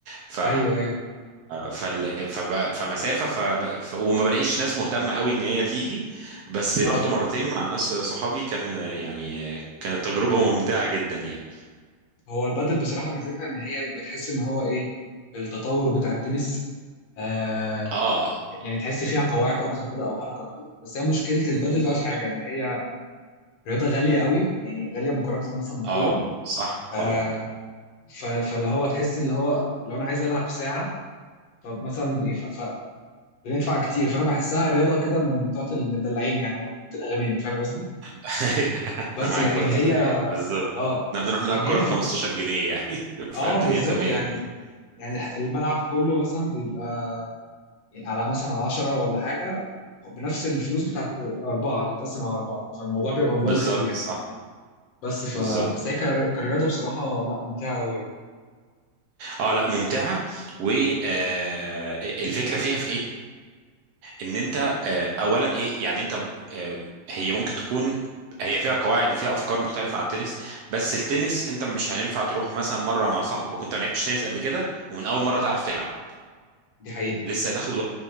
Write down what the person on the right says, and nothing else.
ف
فال... فب... فمسافه فب... ف... وما بلاقيش ناس مهتمه قوي ان هي تيجي بس رحت
مرتين مع ناس صحابي كان يعني كانت تجربه ممتعه جدا يعني
اه
بالظبط
اه صح
طبعا
<laughs>
انا معاك
برضو
في ده بالظبط
احنا بنروح نلعب
كوره
ب 15
جنيه يعني <laughs> فالدنيا
تمام
بالظبط
صح
بالظبط
اه لا ممتعه والفكره فيها في ايه ان انت آه، اولا ايه يعني انت آه، هي ممكن تكون هي فيها قواعد وفيها افكار مختلفه عن التنس بس التنس انت مش هينفع تروح مثلا مره مع صاحبك وانت ما لعبتش تنس قبل كده ومن اول مره تعرف تلعب
لسه هتاخد